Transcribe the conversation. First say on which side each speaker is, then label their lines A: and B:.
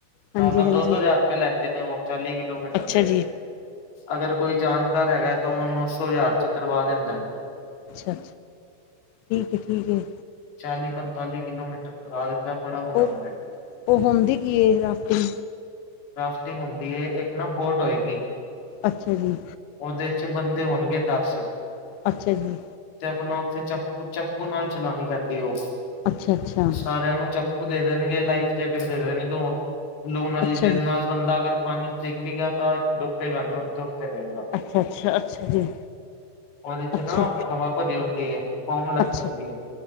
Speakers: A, on the left; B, on the left.
A: ਹਾਂਜੀ-ਹਾਂਜੀ
B: ਤਾਂ ਫ ਦੋ ਦੋ ਹਜ਼ਾਰ ਰੁਪਏ ਲੈਂਦੇ ਨੇ ਉਹ ਚਾਲੀ ਕਿਲੋਮੀਟਰ
A: ਅੱਛਾ
B: ਦੇ
A: ਜੀ
B: ਅਗਰ ਕੋਈ ਜਾਣਕਾਰ ਹੈਗਾ ਤਾਂ ਉਹ ਨੌ ਸੌ ਹਜ਼ਾਰ ਚ ਕਰਵਾ ਦਿੰਦਾ ਹੈ
A: ਅੱਛਾ ਠੀਕ ਠੀਕ ਹੈ
B: ਚਾਲੀ ਪੰਤਾਲੀ ਕਿਲੋਮੀਟਰ ਕਰਾ ਦਿੰਦਾ ਬੜਾ ਮਜ਼ਾ
A: ਉਹ
B: ਹੁੰਦਾ
A: ਉਹ ਹੁੰਦੀ ਕੀ ਇਹ ਰਾਤਿੰ
B: ਰਾਫਟਿੰਗ ਹੁੰਦੀ ਹੈ ਇੱਕ ਨਾ ਬੋਟ ਹੋਏਗੀ
A: ਅੱਛਾ ਜੀ
B: ਉਹਦੇ ਚ ਬੰਦੇ ਹੋਣਗੇ ਦਸ
A: ਅੱਛਾ ਜੀ
B: ਤੇ ਆਪਣਾ ਉੱਥੇ ਚਪੂ ਚਪੂ ਨਾਲ ਚਲਾਉਣੀ ਪੈਂਦੀ ਉਹ
A: ਅੱਛਾ-ਅੱਛਾ
B: ਸਾਰਿਆਂ ਨੂੰ ਚਪ ਦੇਦੇ ਨਗੇ ਲਾਈਫ ਜਾਕਟ ਦੇਦੇ ਨ ਬਲੂਨਲ
A: ਅੱਛਾ ਜੀ
B: ਨਾਲ ਬੰਦਾ ਅਗਰ ਪਾਣੀ ਚ ਡਿੱਗ ਵੀ ਗਿਆ ਤਾਂ ਡੁਬੇਗਾ ਨੀ ਉਤੇ ਉਕਤੇ ਰਹੇਗਾ
A: ਅੱਛਾ-ਅੱਛਾ ਅੱਛਾ ਜੀ
B: ਉਹਦੇ ਚ
A: ਅੱਛਾ
B: ਨਾ ਹਵਾ ਭਰੀ ਹੁੰਦੀ ਹੈ ਕੌਮ ਲੱਗੀ
A: ਅੱਛਾ
B: ਹੁੰਦੀ ਹੈ